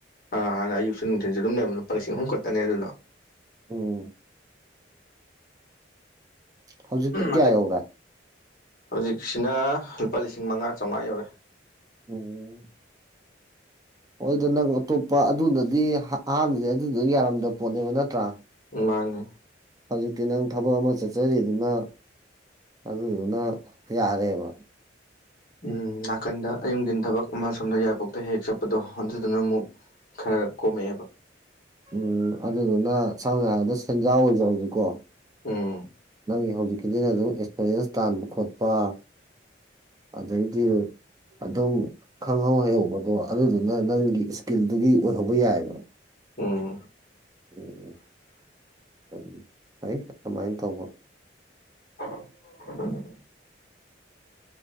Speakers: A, on the left; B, on the right.
A: ꯑ ꯍꯥꯟꯅ ꯑꯌꯨꯛꯁꯨ ꯅꯨꯡꯊꯤꯟꯁꯨ ꯑꯗꯨꯝ ꯂꯩꯔꯕ ꯂꯨꯄꯥ ꯂꯤꯁꯤꯡ ꯑꯍꯨꯝ ꯈꯛꯇꯅꯦ ꯑꯗꯨꯗꯣ
B: ꯎꯝ ꯍꯧꯖꯤꯛꯤꯒ ꯀꯌꯥ
A: ꯑꯗꯩ
B: ꯌꯧꯔꯥ
A: ꯍꯧꯖꯤꯛꯁꯤꯅ ꯂꯨꯄꯥ ꯂꯤꯁꯤꯡ ꯃꯉꯥ ꯆꯥꯝꯃꯉꯥ ꯌꯧꯔꯦ
B: ꯑꯣꯝ ꯍꯣꯏꯗ ꯅꯪ ꯑꯇꯣꯞꯄ ꯑꯗꯨꯅꯗꯤ ꯑꯍꯥꯟꯕꯗꯤ ꯑꯗꯨꯗꯨꯗ ꯌꯥꯔꯝꯗꯕ ꯄꯣꯠꯅꯦꯕ ꯅꯠꯇ꯭ꯔ
A: ꯃꯥꯅꯦ
B: ꯍꯧꯖꯤꯛꯇꯤ ꯅꯪ ꯊꯕꯛ ꯑꯃ ꯆꯠꯆꯔꯤꯗꯨꯅ ꯑꯗꯨꯗꯨꯅ ꯌꯥꯔꯦꯕ
A: ꯎꯝ ꯅꯥꯀꯟꯗ ꯑꯌꯨꯛꯗꯤꯟ ꯊꯕꯛ ꯑꯃ ꯁꯣꯝꯗ ꯌꯥꯏꯄꯣꯛꯇ ꯍꯦꯛ ꯆꯠꯄꯗꯣ ꯍꯣꯟꯖꯗꯨꯅ ꯑꯃꯨꯛ ꯈꯔ ꯀꯣꯝꯃꯛꯑꯦꯕ
B: ꯎꯝ ꯑꯗꯨꯗꯨꯅ ꯁꯝꯅ ꯍꯥꯏꯔꯕꯗ ꯁꯦꯟꯖꯥꯎ ꯑꯣꯏꯖꯔꯁꯦꯀꯣ
A: ꯎꯝ
B: ꯅꯪꯒꯤ ꯍꯧꯖꯤꯛꯀꯤꯅ ꯑꯗꯨꯝ ꯑꯦꯛꯁꯄꯔꯤꯟꯁ ꯇꯥꯟꯕ ꯈꯣꯠꯄ꯫ ꯑꯗꯩꯗꯤ ꯑꯗꯨꯝ꯫ ꯈꯪꯍꯧ ꯍꯩꯍꯧꯕꯗꯣ ꯑꯗꯨꯗꯨꯅ ꯅꯪꯒꯤ ꯏꯁꯀꯤꯜꯗꯨꯒꯤ ꯑꯣꯏꯍꯧꯕ ꯌꯥꯏꯌꯦꯕ꯫
A: ꯎꯝ꯫
B: ꯎꯝ ꯎꯝ ꯐꯩ ꯑꯗꯨꯃꯥꯏꯅ ꯇꯧꯕ꯫
A: <inaudible>